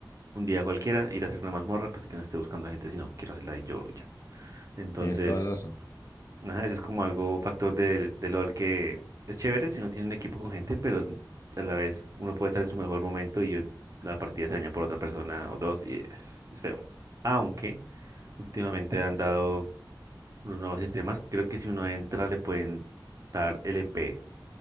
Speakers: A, on the right; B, on the left.
A: un día cualquiera ir a hacer una mazmorra, pues que no esté buscando a gente, sino quiero hacerla y yo y ya. Entonces,
B: Tienes toda la razón.
A: ajá, eso es como algo factor del de LOL que es chévere si no tienen equipo con gente, pero a la vez uno puede estar en su mejor momento y la partida se daña por otra persona o dos y es, es feo. Aunque últimamente han dado unos nuevos sistemas, creo que si uno entra le pueden dar LP